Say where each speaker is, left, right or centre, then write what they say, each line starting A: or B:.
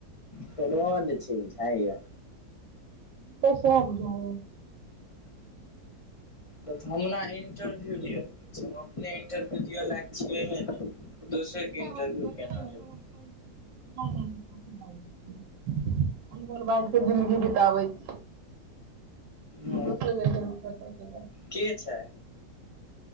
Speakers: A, on the left; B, on the right.
A: त रड छै बुझाइया
B: दूसरा बुझाई या
A: ऽ हमरा इंटरव्यू लिल गेलै छै हम अपने इंटरव्यू दिअ लायक छियै हहे ने दोसर के
B: त <unintelligible>
A: इंटरव्यू
B: नहि
A: केना लेबै
B: नहि अन बल बाज के जन्दगी बिताबै छी
A: ह
B: दोसर के इंटरव्यू
A: के छै